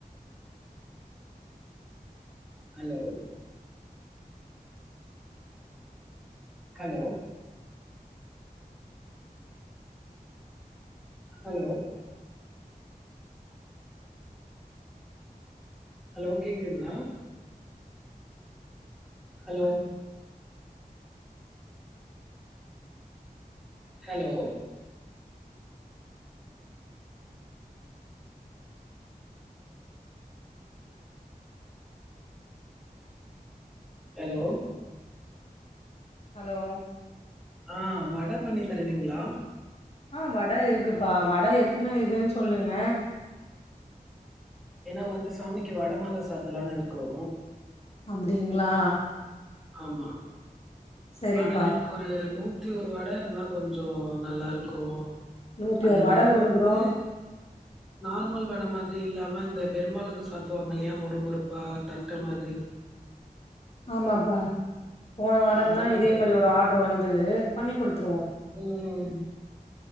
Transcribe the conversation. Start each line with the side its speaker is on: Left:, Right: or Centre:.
Centre: ஹலோ ஹலோ ஹலோ ஹலோ கேக்குதுங்களா ஹலோ ஹலோ ஹலோ
Left: ஹலோ
Centre: ஆ வட பண்ணி தருவீங்களா
Left: ஆ வட இருக்குப்பா வட எத்தன இதுன்னு சொல்லுங்க
Centre: ஏன்னா வந்து சாமிக்கு வடமால சாத்தலானு இருக்கோ
Left: அப்டிங்களா
Centre: ஆமா
Left: சரிப்பா
Centre: ஆனால எனக்கு ஒரு நூத்தியோரு வட இருந்தா கொஞ்சோ நல்லாருக்கு
Left: நூத்தி
Centre: அந்த
Left: ஒரு
Centre: வட
Left: குடுக்குறோ
Centre: வந்து நார்மல் வட மாதிரியில்லாம இந்த பெருமாளுக்கு சாத்துவாங்க இல்லையா மொறு மொறுப்பா தட்ட மாதிரி
Left: ஆமாம்ப்பா போன வாரந்தா
Centre: அந்த மாதிரி.
Left: இதே மாரி ஒரு ஆர்டரு வந்தது பண்ணி கொடுத்துருவோ
Centre: ம்